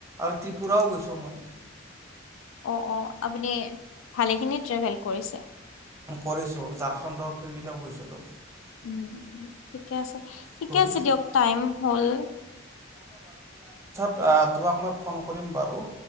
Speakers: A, on the right; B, on the left.
A: আৰু ত্ৰিপুৰাও গৈছোঁ মই।
B: অ অ আপোনি ভালেই খিনি ট্ৰেভেল কৰিছে।
A: কৰিছো ঝাৰখণ্ডৰ ফিনিতেও গৈছিলো।
B: উম ঠিকে আছে ঠিকে
A: ঘূৰিছোঁ।
B: আছে দিয়ক টাইম হল।
A: আ তোমাক মই ফোন কৰিম বাৰু।